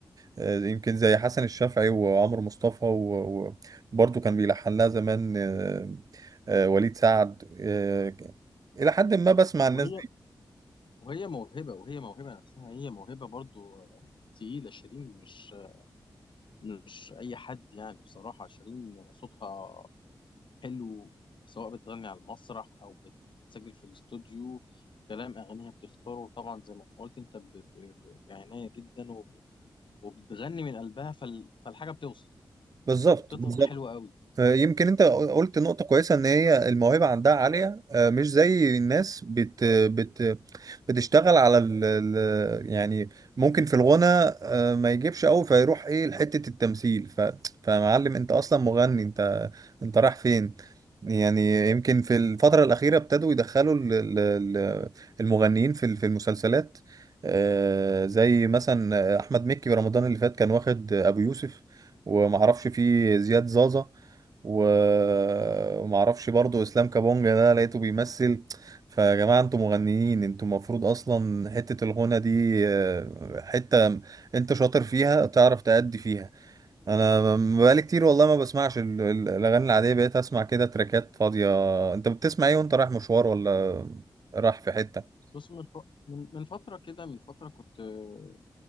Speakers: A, on the right; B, on the left.
A: آه، يمكن زي حسن الشافعي وعمرو مصطفى و- وبرضه كان بيلحن لها زمان آه، آه، وليد سعد آه، إلى حد ما بسمع الناس
B: وهي
A: دي
B: وهي موهبة وهي موهبة نفسها هي موهبة برضو آه، تقيلة شيرين مش مش أي حد يعني بصراحة شيرين صوتها حلو سواء بتغني على المسرح او بت- بتسجل في الاستوديو كلام اغانيها بتختاره طبعا زي ما قلت انت ب- ب- ب- بعنايه جدا وب- وبتغني من قلبها فال- فالحاجه بتوصل
A: بالظبط
B: وبتطلع حلوه قوي
A: آه، يمكن انت قلت نقطة كويسة ان هي الموهبة عندها عالية آه، مش زي الناس بت بت بتشتغل على ال ال- يعني ممكن في الغنى آه، ما يجيبش قوي فيروح ايه لحتة التمثيل ف فمعلم انت اصلا مغني انت انت رايح فين يعني يمكن في الفترة الأخيرة ابتدوا يدخلوا ال- ال- ال- المغنيين في ال- في المسلسلات آه، زي مثلا أحمد مكي رمضان اللي فات كان واخد أبو يوسف ومعرفش فيه زياد زازا و- وما اعرفش برضو اسلام كابونجا ده لقيته بيمثل فيا جماعه انتوا مغنيين انتوا المفروض اصلا حته الغنى دي آه، حته انت شاطر فيها تعرف تأدي فيها انا م- بقالي كتير والله ما بسمعش ال- ال- الاغاني العاديه بقيت اسمع كده تراكات فاضيه انت بتسمع ايه وانت رايح مشوار ولا رايح في حته
B: بص من ف- من من فتره كده من فتره كنت آه،